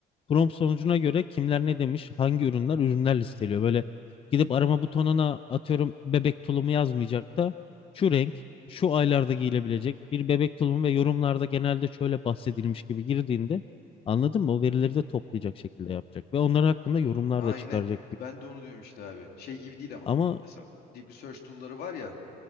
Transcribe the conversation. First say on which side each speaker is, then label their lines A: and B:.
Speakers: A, on the left; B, on the left.
A: Prompt sonucuna göre kimler ne demiş, hangi ürünler ürünler listeliyor. Böyle gidip arama butonuna atıyorum bebek tulumu yazmayacak da şu renk, şu aylarda giyilebilecek bir bebek tulumu ve yorumlarda genelde şöyle bahsedilmiş gibi girdiğinde anladın mı? O verileri de toplayacak şekilde yapacak ve onlar hakkında yorumlar
B: Aynen.
A: da çıkaracak gibi.
B: Ben de onu diyorum işte abi. Şey gibi değil ama.
A: Ama
B: Mesela Deep Research tool'ları var ya